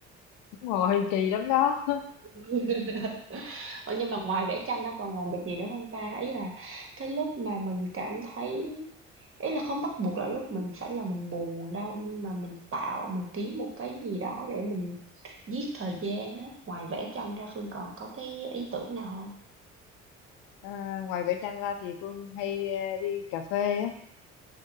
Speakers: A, on the left (about 75°); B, on the right (about 40°).
A: đúng rồi kỳ lắm đó
B: <laughs> Ủa, nhưng mà ngoài vẽ tranh đó còn làm được gì nữa không ta ý là cái lúc mà mình cảm thấy ý là không bắt buộc là lúc mình phải là mình buồn đâu nhưng mà mình tạo mình kiếm một cái gì đó để mình giết thời gian đó ngoài vẽ tranh ra Phương còn có cái ý tưởng nào không
A: à, ngoài vẽ tranh ra thì Phương hay ờ, đi cà phê á